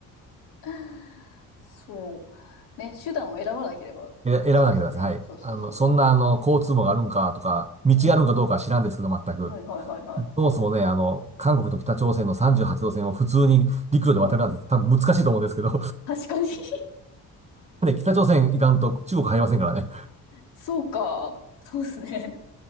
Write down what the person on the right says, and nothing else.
え、選ばなければですね、
はい。
あの、そんな、あの、交通網があるんかとか、道があるんかどうかは知らんですけど、
全く。
そもそもね、あの、韓国と北朝鮮の38度線を普通に陸路で渡るなんて多分難しいと思うんですけど、
<laughs> で、北朝鮮行かんと中国入りませんからね。